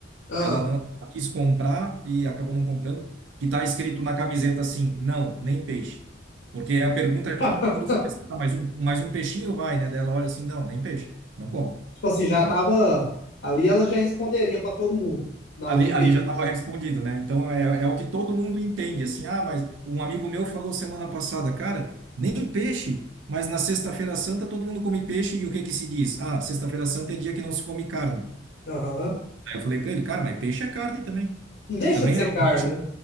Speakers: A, on the left (about 65°); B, on the right (about 75°).
A: Ah,
B: ela não ela quis comprar e acabou não comprando, que tá escrito na camiseta assim, não, nem peixe. Porque é a pergunta é
A: <laughs>
B: que todo mundo faz, tá mais um, mais um peixinho vai, né? Dela olha assim, não, nem peixe, não como.
A: tipo assim, já
B: né?
A: tava ali, ela já responderia pra todo mundo. Não,
B: Ali,
A: nem peixe.
B: ali já estava respondido, né? Então é, é o que todo mundo entende, assim, ah, mas um amigo meu falou semana passada, cara, nem peixe, mas na Sexta-feira Santa todo mundo come peixe e o que que se diz? Ah, Sexta-feira Santa é dia que não se come carne.
A: Aham.
B: Aí eu falei para ele, cara, mas peixe é carne também.
A: Não deixa
B: Também
A: de ser
B: é
A: carne,
B: um bicho.
A: né?